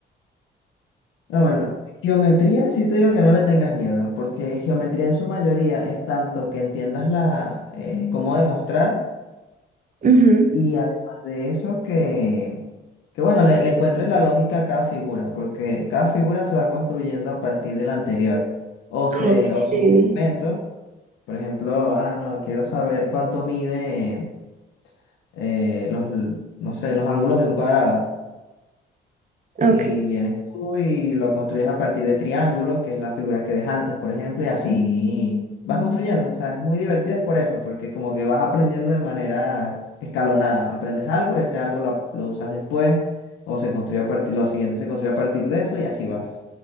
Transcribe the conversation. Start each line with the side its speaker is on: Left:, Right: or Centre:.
Left: Ah, bueno, geometría sí te digo que no le tengas miedo, porque geometría en su mayoría es tanto que entiendas la, eh, Mm. cómo demostrar
Right: Ujú.
Left: Y además de eso, que, que bueno, le, le encuentres la lógica a cada figura, porque cada figura se va construyendo a partir de la anterior. O, se,
Right: okay
Left: o sus aumentos, por ejemplo, ah, no, quiero saber cuánto mide eh, los, no sé, los ángulos de un cuadrado.
Right: ok,
Left: Y vienes tú y lo construyes a partir de triángulos, que es la figura que ves antes, por ejemplo, y así vas construyendo. O sea, es muy divertido es por eso, porque como que vas aprendiendo de manera escalonada. Aprendes algo, ese algo lo, lo usas después, o se construye a partir, lo siguiente se construye a partir de eso y así vas.